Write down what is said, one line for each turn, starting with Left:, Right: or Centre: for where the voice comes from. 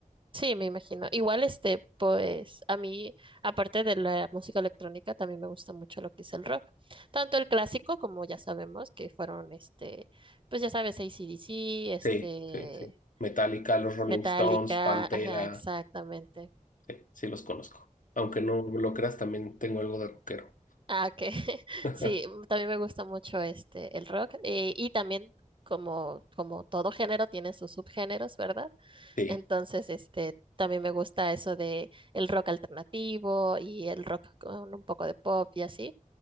Right: Sí, me imagino. Igual este, pues, a mí, aparte de la música electrónica, también me gusta mucho lo que es el rock. Tanto el clásico, como ya sabemos, que fueron este, pues ya sabes, AC/DC, este,
Left: Sí, sí, sí. Metallica, los Rolling
Right: Metallica,
Left: Stones, Pantera.
Right: ajá, exactamente.
Left: Sí, sí los conozco. Aunque no lo creas, también tengo algo de rockero.
Right: Ah, ok. <laughs>
Left: <laughs>
Right: Sí, mm, también me gusta mucho este el rock eh, y también como como todo género tiene sus subgéneros, ¿verdad?
Left: Sí,
Right: Entonces, este también me gusta eso de el rock alternativo y el rock con un poco de pop y así.